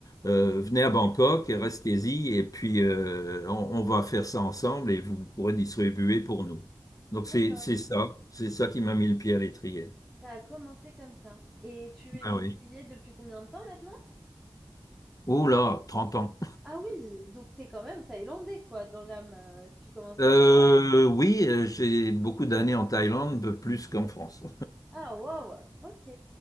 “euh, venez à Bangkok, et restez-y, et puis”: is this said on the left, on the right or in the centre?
Left